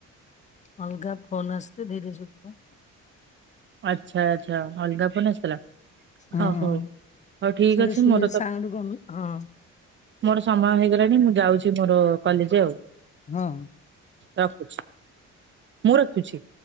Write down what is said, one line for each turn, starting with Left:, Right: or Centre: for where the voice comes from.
Left: ଅଲଗା ଫୋନ୍ ଆସିଲେ ଧୀରେ ଶୁଭିବ।
Right: ଆଚ୍ଛା, ଆଛା, ଅଲଗା ଫୋନ୍ ଆସିଥିଲା?
Left: ହଁ
Right: ଓ
Left: ହଁ
Right: ହଉ, ହଉ ଠିକ
Left: ସେଇଟା
Right: ଅଛି
Left: ଶୁଏ
Right: ମୋର ତ।
Left: ସାଉଣ୍ଡ କମି ହଁ।
Right: ମୋର ସମୟ ହେଇଗଲାଣି, ମୁଁ ଯାଉଛି ମୋର କଲେଜେ ଆଉ।
Left: ହଁ
Right: ରଖୁଛି, ମୁଁ ରଖୁଛି।